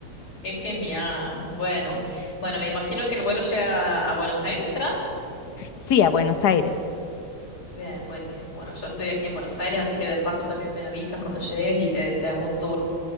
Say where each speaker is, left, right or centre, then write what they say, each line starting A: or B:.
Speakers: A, on the left; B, on the left.
A: qué genial. Bueno, bueno, me imagino que el vuelo llega a Buenos Aires, ¿será?
B: Sí, a Buenos Aires.
A: Bien, buenísimo. Bueno, yo estoy aquí en Buenos Aires, así que de paso también me avisas cuando llegues y te, te hago un tour.